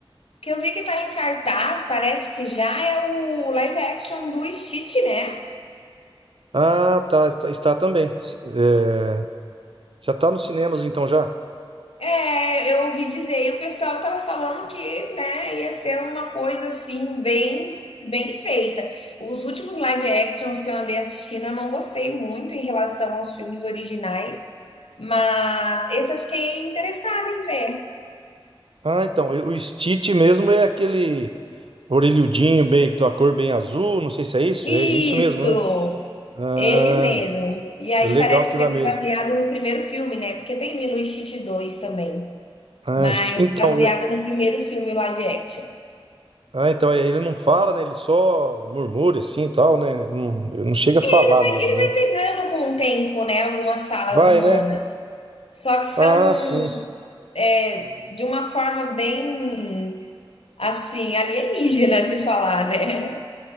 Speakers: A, on the left; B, on the right.
A: que eu vi que tá em cartaz, parece que já é o live action do Stitch, né?
B: Ah, tá, tá- está também. Eh, já está nos cinemas então já?
A: É, eu ouvi dizer, e o pessoal tava falando que, né, ia ser uma coisa assim bem bem feita. Os últimos live actions que eu andei assistindo, eu não gostei muito em relação aos filmes originais. Mas esse eu fiquei interessada em ver.
B: Ah, então, o Stitch mesmo é aquele orelhudinho bem, da cor bem azul, não sei se é isso,
A: Isso!
B: é, é isso mesmo, né? Ah,
A: Ele mesmo. E aí
B: é legal
A: parece
B: aquilo
A: que vai
B: lá mesmo.
A: ser baseado no primeiro filme, né? Porque tem Lilo e Stitch 2 também.
B: Ah,
A: Mas
B: Sti- então,
A: baseado
B: é-
A: no primeiro filme live action.
B: ah, então é, ele não fala, né? Ele só murmura assim e tal, né? Ele Não, ele não chega a falar
A: Ele
B: mesmo, né?
A: vai pegando com o tempo, né? Algumas falas
B: Vai,
A: humanas.
B: né?
A: Só que são
B: Ah, sim.
A: é, de uma forma bem, assim, alienígena de falar, né?